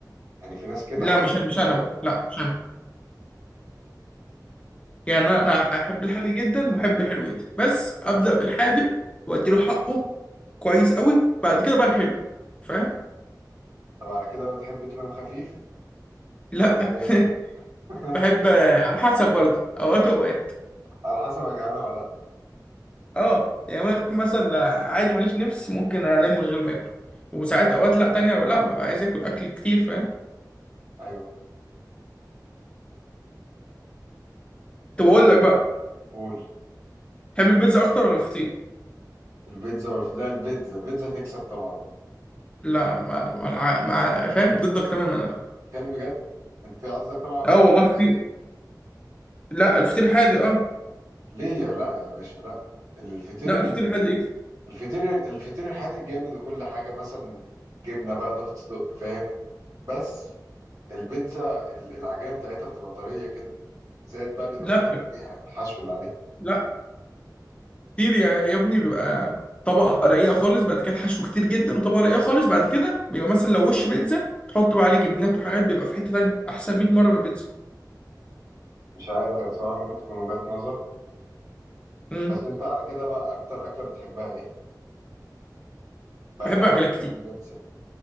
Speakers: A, on the right; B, on the left.
A: يعني في ناس كده
B: لا
A: حتى
B: مش
A: لو
B: مش
A: كميات
B: انا بقى لا مش انا يعني انا انا احب الحادق جدا واحب الحلو جدا بس ابدا بالحادق واديله حقه كويس قوي بعد كده بقى الحلو فاهم
A: طب على كده بتحب تنام خفيف
B: لا
A: ولا تاكل
B: <laughs>
A: <laughs>
B: بحب على حسب برضه اوقات واوقات
A: على حسب انا جعانه ولا لا
B: اه يعني ممكن مثلا لا، عادي ماليش نفس ممكن انام من غير ما اكل وساعات اوقات لا تانية لا ببقى عايز اكل اكل كتير فاهم
A: ايوه
B: طب اقول لك بقى
A: قول
B: تحب البيتزا اكتر ولا الفطير
A: البيتزا ولا لا البيتزا البيتزا تكسب طبعا
B: لا ما ما, ما فاهم ضدك تماما أنا.
A: كلام بجد انت قصدك طبعا على الفطير
B: اه والله
A: الهادئ
B: لا الفطير الحادق اه
A: ليه يا لا يا باشا لا الفطير
B: لا
A: ال-
B: الفطير الحادق ايه
A: الفطير ال- الفطير الحادق جامد وكل حاجه مثلا جبنه بقى اضافه صدق فاهم بس البيتزا ال- العجينه بتاعتها بتبقى طريه كده زائد بقى الاضافات
B: لا
A: اللي عليها الحشو اللي عليها
B: لا كتير يا يا ابني بيبقى طبقة رقيقة خالص بعد كده الحشو كتير جدا وطبقة رقيقة خالص بعد كده بيبقى مثلا لو وش بيتزا تحط بقى عليه جبنات وحاجات بيبقى في حتة تانية أحسن 100 مرة من البيتزا
A: مش عارف يا بصراحه ممكن تكون وجهات نظر
B: امم
A: بس انت على كده بقى اكتر اكله بتحبها ايه بعيدا
B: بحب
A: عن
B: أكلات
A: الفطير
B: كتير
A: والبيتزا